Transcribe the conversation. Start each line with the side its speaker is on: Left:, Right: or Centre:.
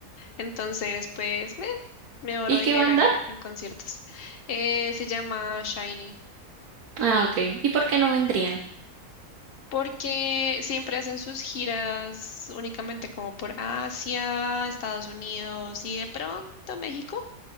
Left: Entonces, pues me, me ahorro
Right: ¿Y
Left: dinero
Right: qué banda?
Left: en, en conciertos. Eh, se llama Shiny.
Right: Ah, ok. ¿Y por qué no vendrían?
Left: porque siempre hacen sus giras únicamente como por Asia, Estados Unidos y de pronto México,